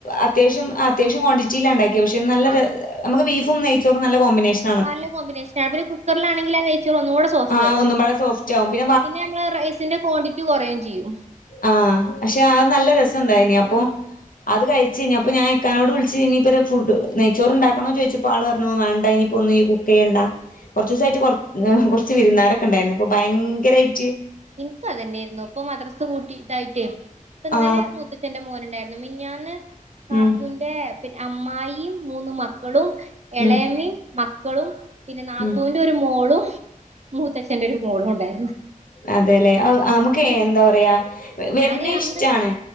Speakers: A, on the left (about 80°); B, on the right (about 50°).
A: അത്യാവശ്യം അത്യാവ്യം ക്വാണ്ടിറ്റി ഉണ്ടാക്കിയ പക്ഷെ നല്ലര
B: ആഹ്
A: നമുക്ക് ബീഫും നെയ്ച്ചോറും നല്ല കോമ്പിനേഷൻ
B: നല്ല കോമ്പിനേഷ ആ അവ ഒരു കുക്കറിലാെങ്കിൽ അ നെയ്‌ച്ചോറ് ഒന്ന് കൂടെ സോഫ്റ്റ്
A: ആ
B: വെക്കാലോ
A: ഒന്നുംകുടെ സോഫ്റ്റ് ആകും പി
B: പിന്നെ നമ്മള് റൈസിന്റെ ക്വാണ്ടിറ്റി കുറയുകയും ചെയ്യും
A: ആഹ് പക്ഷെ ആ നല്ല രസുണ്ടായിനി അപ്പൊ
B: ആഹ്
A: അത് കഴിച്ച ക ഇനി അപ്പ ഞാൻ ഇക്കാനോട് വിളിച്ചച്ച് ഇനി ഇം ഫുഡ് നെയ്ച്ചോറ് ഉണ്ടാക്കണോ ചോദിച്ചപ്പോൾ വരു വേണ്ട ഇനിയിപ്പോ ഒന്ന് ഈ കു ചെയ്യണ്ട കുറച്ച് ദിവസമായിട്ട് കൊ കുറച്ച് വിരുന്നാരൊക്കെ ഉണ്ടായിരുന്നു ഇപ്പൊ ഭയങ്കരയിട്ട്
B: എനിക്ക അതനെയായിരുന്നു ഇപ്പൊ മദ്ര പൂട്ടിട്ടായിട്ടേ ഇപ്പ ഇന്നലെ
A: ആ
B: മുത്ത എന്റെ മോനുണ്ടായിരുന്നു മിനിഞാന്ന്കാക്കൂൻ
A: ഉം
B: പിന്നെ അമ്മായിയും മൂന്ന് മക്കളും എളയമയും
A: ഉം
B: മക്കളും പിന്നെ നാത്തുന്റെ
A: ഉം
B: ഒരു മോളും മൂത്തച്ഛന്റെറെ ഒരു മോളും ഉണ്ടായിരുന്നു
A: അതെല്ലെ നമുക്ക് എന്താ പറയാ വരുന്ന
B: ഞാന് അന്ന്
A: ഇഷ്ടാണ്